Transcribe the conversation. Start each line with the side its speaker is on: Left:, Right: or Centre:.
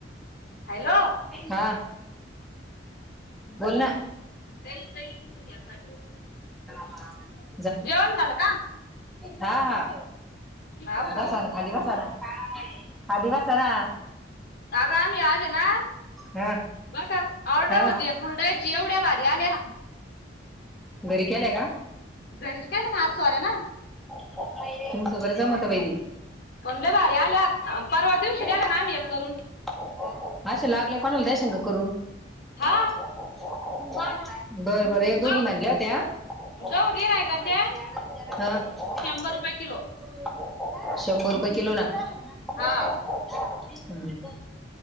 Left: हॅलो
Centre: हा. बोल ना
Left: ताई ताई घ्या खाली वरून
Centre: हा
Left: जेवण झालं का?
Centre: हा हा.
Left: हाव का?
Centre: बसव ना खाली बसव ना. खाली बसा ना.
Left: आगा आम्ही आले ना
Centre: हा
Left: बर का ऑर्डर
Centre: हा
Left: होती कुरडायची एवढ्या भारी आल्या
Centre: घरी केलंय का?
Left: घरीच केल्यानं हात सोऱ्यान
Centre: तुमचं बर जामता बाई ते
Left: पण लय भारी आल्यात अ परवा दिवशी द्याला
Centre: <unintelligible>
Left: ना आम्ही एक करून
Centre: असे लागल्यावर कोणाला देशील का? करून <unintelligible> <unintelligible>
Left: हा
Centre: बर बर दोघी
Left: गव
Centre: म्हणल्या होत्या <unintelligible>
Left: गव गिरायकाचे शंभर रुपये किलो
Centre: शंभर रुपये किलो न <unintelligible> हम्म
Left: हा